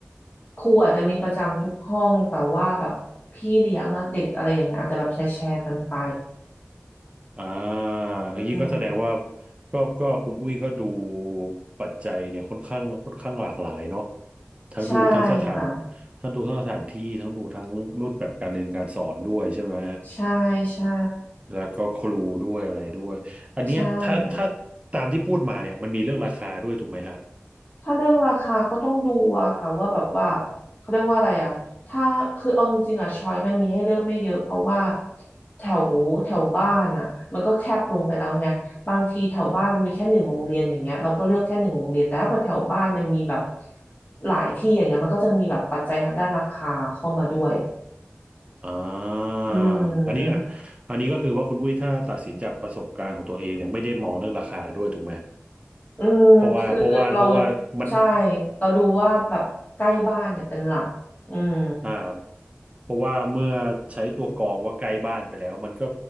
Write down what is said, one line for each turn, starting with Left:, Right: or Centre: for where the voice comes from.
Left: ครูอาจจะมีประจำทุกห้องแต่ว่าแบบพี่เลี้ยงอะเด็กอะไรอย่างเงี้ยอาจจะแบบแชร์แชร์กันไป
Right: อ่า
Left: อืม
Right: อย่างนี้ก็แสดงว่าก็ก็คุณอุ้ยก็ดูปัจจัยเนี่ยค่อนข้างค่อนข้างหลากหลายเนาะทั้งดูทั้งสถาน
Left: ใช่ค่ะ
Right: ทั้งดูทั้งสถานที่ทั้งดูทั้งรูปแบบการเรียนการสอนด้วยใช่ไหม
Left: ใช่ใช่
Right: แล้วก็ครูด้วยอะไรด้วยอันเนี้ยถ้าถ้าตามที่พูดมาเนี่ยมันมีเรื่องราคาด้วยถูกไหมฮะ
Left: ใช่ถ้าเรื่องราคาก็ต้องดูอะค่ะว่าแบบว่าเขาเรียกว่าอะไรอะถ้าคือเอาจริงๆอะช้อยมันมีให้เลือกไม่เยอะเพราะว่าแถวแถวบ้านอะมันก็แคบลงไปแล้วไงบางทีแถวบ้านมันมีแค่หนึ่งโรงเรียนอย่างเงี้ยเราก็เลือกแค่หนึ่งโรงเรียนแต่ถ้าพอแถวบ้านมันมีแบบหลายที่อย่างเงี้ยมันก็จะมีแบบปัจจัยทางด้านราคาเข้ามาด้วย
Right: อ่า
Left: อืม
Right: อันนี้อ่ะอันนี้ก็คือว่าคุณอุ้ยถ้าตัดสินจากประสบการณ์ของตัวเองเนี่ยไม่ได้มองเรื่องราคาด้วยถูกไหม
Left: อืมคือเรา
Right: เพราะว่าเพราะว่าเพราะว่ามัน
Left: ใช่เราดูว่าแบบใกล้บ้านเนี่ยเป็นหลักอืม
Right: อ่าเพราะว่าเมื่อใช้ตัวกรองว่าใกล้บ้านไปแล้วมันก็